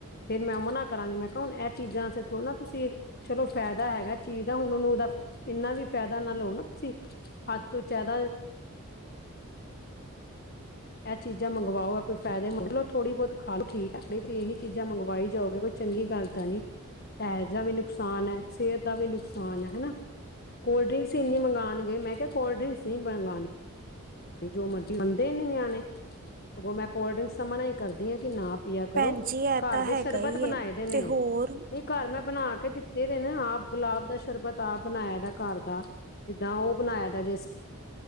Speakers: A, on the left (about 45°); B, on the right (about 40°).
A: ਫੇਰ ਮੈਂ ਉਹ ਮਨਾਂ ਕਰਾਂਗੀ ਮੈਂ ਕਿਹਾ ਹੁ ਇਹ ਚੀਜ਼ਾਂ ਵਾਸਤੇ ਥੋੜਾ ਨਾ ਤੁਸੀਂ ਚਲੋ ਫਾਇਦਾ ਹੈਗਾ ਚੀਜ਼ ਦਾ ਹੁਣ ਉਹਨੂੰ ਉਹਦਾ ਇੰਨਾ ਵੀ ਫਾਇਦਾ ਨਾ ਲਓ ਨਾ ਤੂਸੀ। ਹੱਥ ਤੋਂ ਜਿਆਦਾ ਇਹ ਚੀਜ਼ਾਂ ਮੰਗਵਾਓ ਆ ਕੋਈ ਫਾਇਦੇ ਮੰਲੋ ਥੋੜ੍ਹੀ ਬਹੁਤ ਖਾ ਲੋ ਕ ਇਹੀ ਚੀਜ਼ਾਂ ਮੰਗਵਾਈ ਜਾਓਗੇ ਕੋਈ ਚੰਗੀ ਗੱਲ ਤਾਂ ਨੀ ਪੈਸੇ ਦਾ ਵੀ ਨੁਕਸਾਨ ਹੈ ਸਿਹਤ ਦਾ ਵੀ ਨੁਕਸਾਨ ਹੈ ਹਨਾ। ਕੋਲਡ ਡਰਿੰਕਸ ਇੰਨੀ ਮੰਗਉਣਗੇ ਮੈਂ ਕਿਹਾ ਕੋਲਡ ਡਰਿੰਕਸ ਨਹੀਂ ਮੰਗਉਣ ਜੋ ਮਰਜੀ ਮੰਣਦੇ ਹੀ ਨੀ ਨਿਆਣੇ। ਸਗੋ ਮੈਂ ਕੋਲਡ ਡ੍ਰਿੰਕਸ ਦਾ ਮਨਾ ਹੀ ਕਰਦੀ ਹਾਂ ਕਿ ਨਾ ਪਿਆ ਕਰੋ।
B: ਭੈਣ ਜੀ ਇਹ
A: ਘਰ
B: ਤਾਂ
A: ਦੇ
B: ਹੈਗਾ
A: ਸ਼ਰਬਤ
B: ਹੀ
A: ਬਣਾਏ
B: ਏ
A: ਦੇ ਨੇ
B: ਤੇ ਹੋਰ
A: ਨਹੀਂ ਘਰ ਮੈਂ ਬਣਾ ਕੇ ਦਿੱ ਤੇ ਨਾ ਆਪ ਗੁਲਾਬ ਦਾ ਸ਼ਰਬਤ ਆਪ ਬਣਾਇਆ ਦਾ ਘਰ ਦਾ ਜਿੱਦਾਂ ਉਹ ਬਣਾਇਆ ਦਾ ਜਿਸ-